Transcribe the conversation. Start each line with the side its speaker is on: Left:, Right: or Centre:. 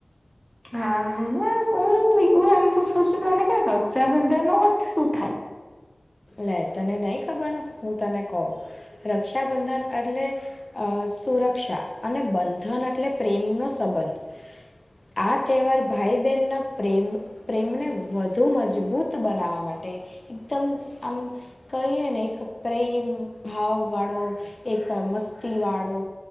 Centre: હા ના એમ પૂછ પછ તને ક્યા રક્ષાબંધન શું થાય
Left: લે તને નહી ખબર હું તને કહું રક્ષાબંધન એટલે અ સુરક્ષા અને બંધન એટલે પ્રેમનો સંબંધ આ તહેવાર ભાઈ બહેનના પ્રેમ પ્રેમને વધુ મજબૂત બનાવા માટે એકદમ આમ કહીએ ને એક પ્રેમ ભાવ વાળો એક મસ્તી વાળો